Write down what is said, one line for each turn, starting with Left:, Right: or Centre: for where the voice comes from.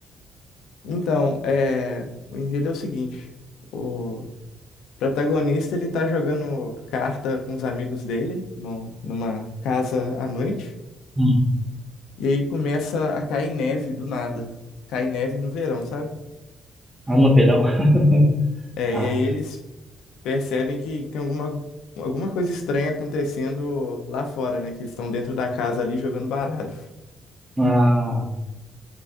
Left: Então, é, o enredo é o seguinte: o protagonista ele tá jogando carta com os amigos dele no- numa casa à noite,
Right: Hum.
Left: e aí começa a cair neve do nada. Cai neve no verão, sabe?
Right: Ah, no verão. <laughs>
Left: É,
Right: Ah,
Left: e aí eles percebem que tem alguma, alguma coisa estranha acontecendo lá fora, né? Que eles estão dentro da casa ali jogando baralho.
Right: ah,